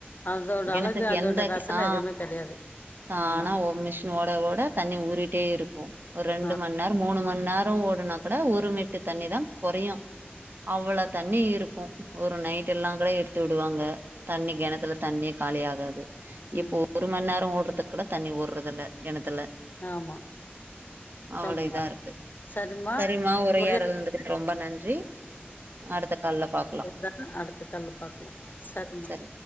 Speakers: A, on the left; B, on the right.
A: அதோட
B: கெணத்துக்கு
A: அழகு அதோட
B: எந்த
A: ரசன
B: ஆ
A: எதுவுமே கெடையாது
B: தானாஓ
A: ஆமா
B: மிஷ் ன் ஓட ஓட தண்ணி ஊறிட்டே இருக்கு ஒரு ரெண்டு
A: ஆ
B: மண் நேரோ மூணு மண் நேரோ ஓடுனா கூட ஒரு மிட்டு தண்ணிதா கொறையு அவ்வள தண்ணி இருக்கு ஒரு நைட் எல்லா கூட எடுத்து விடுவாங்க தண்ணி கெணத்துல தண்ணியே காலியாகாது இப்போ
A: ம்
B: ஒரு மண் நேரோ ஓட்றத் கூட தண்ணி ஓர்ரது இல்ல கெணத்துல
A: ஆமா
B: அவ்வள
A: ரொம்ப
B: இத இருக்கு
A: சரிம்மா
B: சேரிம்மா உரையாடுனதுக்கு
A: ஒரே
B: ரொம்ப நன்றி அடுத்த கால்ல பாக்கலா
A: எதனா அடுத்த கால்ல பாக்கலா சரிம்மா
B: சரி